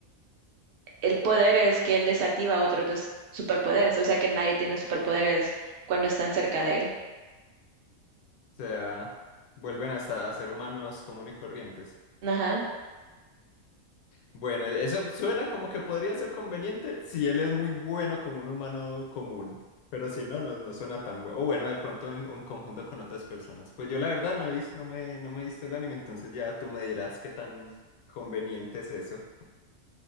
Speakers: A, on the right; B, on the left.
A: el poder es que él desactiva otros des- superpoderes, o sea que nadie tiene superpoderes cuando están cerca de él.
B: sea, vuelven hasta a ser humanos común y corrientes.
A: Ajá.
B: Bueno, eso suena como que podría ser conveniente si él es muy bueno como un humano común, pero si no, no, no suena tan bueno. O bueno, de pronto en, en conjunto con otras personas. Pues yo la verdad no he visto, no me, no me he visto el anime, entonces ya tú me dirás qué tan conveniente es eso.